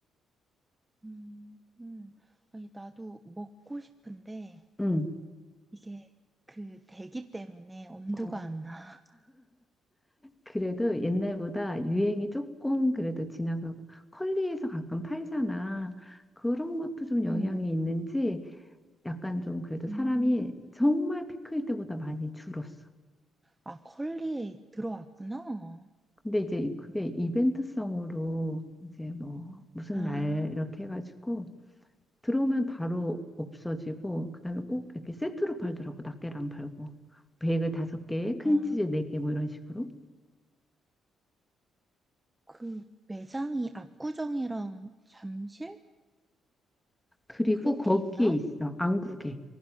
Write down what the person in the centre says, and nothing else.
응.
어,
그래도 옛날보다 유행이 조금 그래도 지나가고, 컬리에서 가끔 팔잖아. 그런 것도 좀 영향이
있는지 약간 좀 그래도 사람이
정말 피클 때보다 많이 줄었어.
근데 이제 그게 이벤트성으로 이제 뭐 무슨
날 이렇게 해가지고 들어오면 바로 없어지고 그다음에 꼭 이렇게 세트로 팔더라고 낱개를 안 팔고 베이글 다섯 개 크림치즈
네 개 뭐 이런 식으로
그리고
거기에
있어 안국에